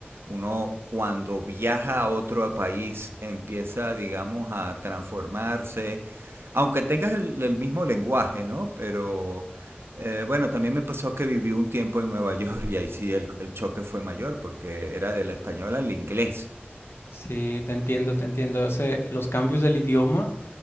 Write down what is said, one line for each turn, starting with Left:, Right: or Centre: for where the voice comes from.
Right: uno cuando viaja a otro país empieza, digamos, a transformarse. Aunque tengas el, el mismo lenguaje, ¿no? Pero eh, bueno, también me pasó que viví un tiempo en Nueva <laughs> York y ahí sí el, el choque fue mayor porque era del español al inglés.
Left: Sí, te entiendo, te entiendo. Ese- los cambios del idioma,